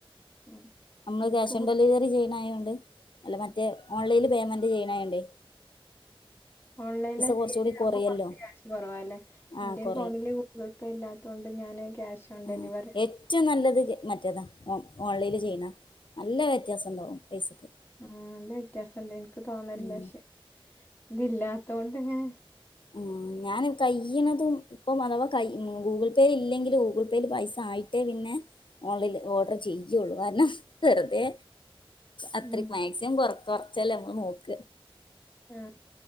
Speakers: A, on the left; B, on the left.
A: ആഹ്
B: നമ്മള്
A: ഇൻക്ക്
B: ക്യാഷ് ഓൺ ഡെലിവറി ചെയ്യ്ണായോണ്ട് അല്ല മറ്റേ ഓൺലൈനില് പേയ്മെൻ ൻ്റെയ്യ്ണോണ്ടേ
A: ഓൺലൈല് <unintelligible>
B: കുറച്ചുകൂടി കുറയല്ലോ
A: അപ്പൊ കൊറച്ച് ക്യാഷ് കൊറവല്ലേ
B: ആഹ്
A: എന്റെ
B: കുറയും
A: ഫോണില് ജി പേ ഇല്ലാത്തോണ്ട് ഞാന് ക്യാഷ് ഓൺ
B: ഉം
A: ഡെലിവറി
B: എ റ്റും നല്ലത് മറ്റേതാ ഓ ഓൺലൈല് ചെയ്യണ നല്ല വ്യത്യാസണ്ടാവും പൈസക്ക്.
A: ആഹ് നല്ല വ്യത്യാസണ്ട് ഇൻക്ക് തോന്നലില്ല
B: ഉം
A: പക്ഷെ ഇതില്ലാത്തൊണ്ടെന്നെ
B: ഉം ഞാന് കയ്യ്ണതും നല്ല കൈ ഉം ഗൂഗിൾ പേയിലില്ലെങ്കിലൊള്ളൂ ഗൂഗിൾ പേയിൽ പൈസ ആയിട്ടേ പിന്നെ ഓൺലൈല് ഓർഡർ ചെയ്യൊള്ളൂ കാരണം വെറ്തെ അത്രയ്ക്ക്
A: ഉം
B: മാക്സിമം കൊർച്ച് കൊർച്ചല്ലേ അമ്മള് നോക്ക.
A: ഉം